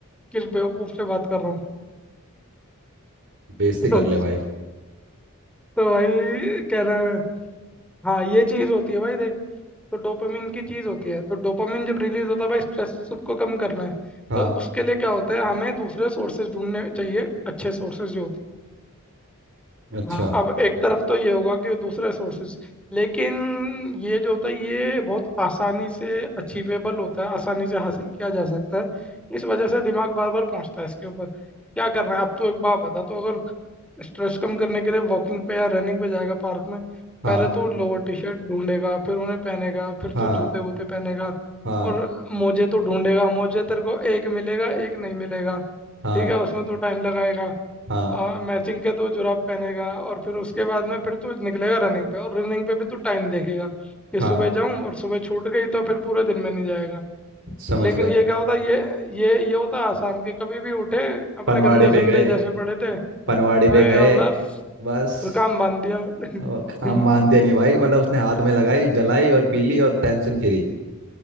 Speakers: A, in the centre; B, on the right (about 60°).
A: किस बेवकूफ से बात कर रहा हूँ
B: बेइज्जती
A: <laughs> तो,
B: कर ले भाई
A: तो भाई क्या नाम है हाँ ये चीज होती है भाई देख तो डोपामिन की चीज होती है तो डोपामिन जब रिलीज होता है भाई स्ट्रेस तो सबको कम करना है
B: हाँ
A: तो उसके लिए क्या होता है हमें दूसरे सोर्सेज ढूंढने चाहिए अच्छे सोर्सेज जो होते हैं
B: अच्छा
A: हाँ अब एक तरफ तो ये होगा कि दूसरे सोर्सेज लेकिन ये जो होता है ये बहुत आसानी से अचीवेबल होता है आसानी से हासिल किया जा सकता है इस वजह से दिमाग बार बार पहुंचता है इसके ऊपर क्या करना है अब तो एक बात बता तो अगर स्ट्रेस कम करने के लिए वॉकिंग पे या रनिंग पे जाएगा पार्क में
B: हाँ
A: पहले तो लोअर टी शर्ट ढूंढेगा फिर उन्हें पहनेगा फिर
B: हाँ
A: तो जूते वूते पहनेगा
B: हाँ
A: और मोजे तो ढूंढेगा मोजे तेरे को एक मिलेगा एक नहीं मिलेगा
B: हाँ
A: ठीक है उसमें तो टाइम लगाएगा
B: हाँ
A: और मैचिंग के तो जुराब पहनेगा और फिर उसके बाद में फिर तू निकलेगा रनिंग पे और रनिंग पे भी तू टाइम देखेगा कि
B: हाँ
A: सुबह जाऊं और सुबह छूट गई तो फिर पूरे दिन में नहीं जाएगा
B: समझ
A: लेकिन
B: गया
A: ये क्या होता ये ये ये होता आसान कि कभी भी उठे अपने
B: पनवाड़े
A: गंदे
B: पे
A: संदे
B: गए
A: जैसे पड़े थे
B: पनवाड़े पे
A: मैं
B: गए
A: और बस
B: बस
A: फिर काम बांध दिया <laughs>
B: अब काम मान दिया नहीं भाई मतलब उसने हाथ में लगाई जलाई और पीली और टेंशन फ्री